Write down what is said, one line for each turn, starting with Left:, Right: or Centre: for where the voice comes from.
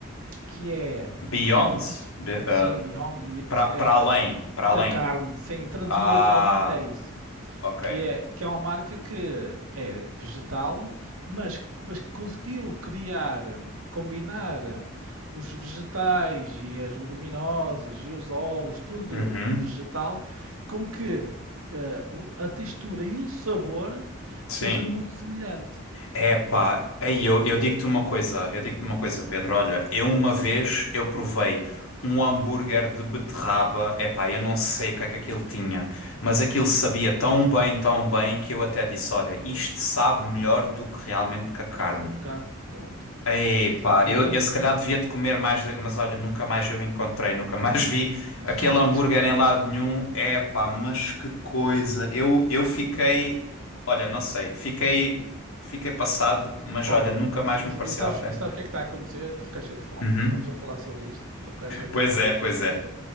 Right: que é,
Left: Beyond? Be-
Right: sim,
Left: ah,
Right: Beyond Meat,
Left: para
Right: é
Left: para além,
Right: eh,
Left: para
Right: da
Left: além.
Right: carne, sem traduzido
Left: Ah,
Right: literalmente é isso
Left: ok.
Right: que é, que é uma marca que é vegetal, mas, mas que conseguiu criar, combinar os vegetais e as leguminosas e os óleos, tudo
Left: Uhum.
Right: vegetal, com que eh, o- a textura e o sabor seja
Left: Sim.
Right: muito semelhante.
Left: É pá, aí eu, eu digo-te uma coisa, eu digo-te uma coisa, Pedro. Olha, eu uma vez eu provei um hambúrguer de beterraba. É pá, eu não sei o que é que aquilo tinha, mas aquilo sabia tão bem, tão bem que eu até disse, olha, isto sabe melhor do que realmente que a carne.
Right: Então, carne, ponto.
Left: Epá,
Right: E
Left: eu,
Right: é isso.
Left: eu se calhar devia de comer mais, de- mas olha, nunca mais eu encontrei, nunca mais vi
Right: <laughs>
Left: aquele hambúrguer
Right: Tens que procurar.
Left: em lado nenhum. Epá, mas que coisa! Eu, eu fiquei, olha, não sei, fiquei, fiquei passado, mas
Right: Olha,
Left: olha, nunca
Right: e,
Left: mais
Right: e-
Left: me apareceu
Right: e sabes,
Left: à frente.
Right: e sabes o que é que está a acontecer? Estou a ficar cheio de fome.
Left: Uhum.
Right: Estamos a falar sobre isto. Estou a ficar cheio de
Left: Pois
Right: fome.
Left: é, pois é.